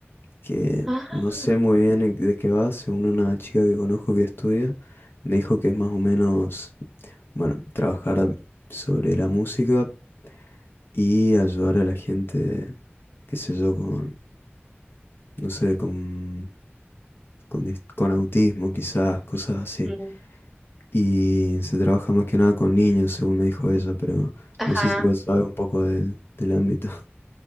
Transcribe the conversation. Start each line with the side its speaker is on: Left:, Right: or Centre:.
Left: que
Centre: Ajá.
Left: no sé muy bien en- de qué va, según una chica que conozco que estudia, me dijo que es más o menos, bueno, trabajar sobre la música y ayudar a la gente, qué sé yo, con, no sé, con, con, dis- con autismo quizás, cosas así.
Centre: Mm.
Left: Y se trabaja más que nada con niños, según me dijo ella, pero
Centre: Ajá.
Left: no sé si vos sabes un poco del, del ámbito. <laughs>